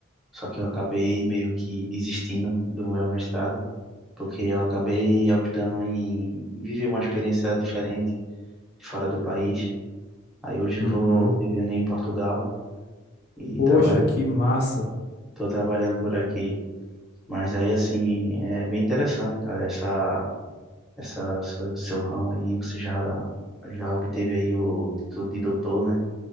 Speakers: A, in the centre; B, on the left.
A: só que eu acabei meio que desistindo do meu mestrado, porque eu acabei optando em viver uma experiência diferente fora do país. Aí hoje eu
B: Uhum.
A: tô vivendo em Portugal e
B: Poxa,
A: trabalhando.
B: que massa.
A: Tô trabalhando por aqui. Mas aí, assim, é bem interessante, cara, essa, essa, essa- seu ramo aí, você já, já obteve aí o título de doutor, né?